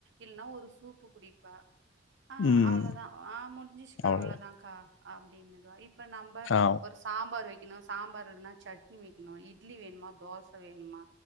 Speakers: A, on the right; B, on the left.
A: இல்ன ஒரு சூப்பு குடிப்பா ஆ
B: ம்.
A: அவ்ளோ தா ஆ முடிஞ்சிருச்சுக்கா
B: அவ்வளோதான்.
A: அவ்ளோ தா அக்கா அப்டின்னுவா இப்ப நம்ப
B: ஆ
A: ஒரு இப்ப சாம்பார் வைக்கணு சாம்பார் இல்லனா சட்னி வைக்கணு இட்லி வேணுமா தோச வேணுமா